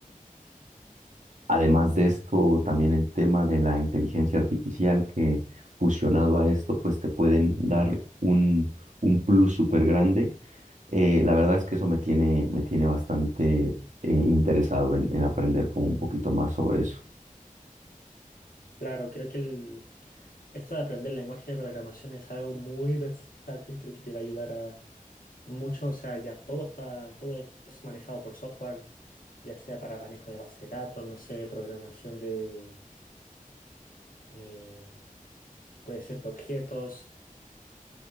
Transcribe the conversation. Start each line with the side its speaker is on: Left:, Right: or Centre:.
Right: Además de esto, también el tema de la inteligencia artificial que fusionado a esto, pues te pueden dar un, un plus súper grande. Eh, la verdad es que eso me tiene, me tiene bastante eh, interesado en, en aprender como un poquito más sobre eso.
Left: claro, creo que el, Esto de aprender lenguaje de programación es algo muy versátil, creo que te va a ayudar a mucho, o sea, ya todo está, todo es manejado por software, ya sea para manejo de base de datos, no sé, programación de, eh, puede ser de objetos,